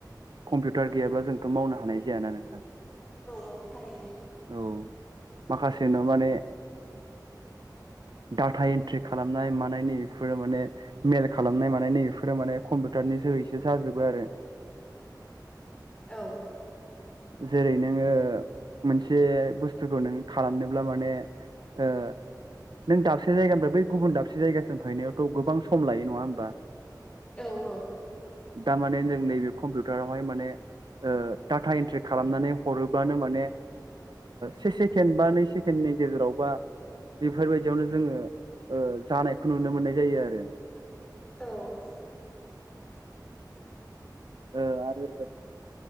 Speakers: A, on the right; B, on the left.
A: कम्पिउटार गैयाब्ला जोंथ' मावनो हानाय जायाना नोंथां <inaudible>
B: नंगौ थारैनो
A: औ माखासे न' माने डाटा एन्ट्रि खालामनाय मानाय नै बेफोरो माने मेल खालामनाय कम्पिउटारनि जोहैसो जाजोबो आरो
B: औ
A: जेरै नोङो मोनसे बुस्थुखौ नों खालामनोब्ला माने <inaudible> नों दाबसे जायगानिफ्राय बै गुबुन दाबसे जायगासिम हैनायावथ' गोबां सम लायो नङा होमबा
B: औ
A: दामाने जों नैबे कम्पिउटारावहाय माने टाटा इन्ट्रे खालामनानै हरोब्लानो माने से सेकेण्ड बा नै सेकेण्डनि गेजेरावबा बेफोरबायदियावनो जोङो जानायखौ नुनो मोननाय जायो आरो
B: औ
A: ओ आरो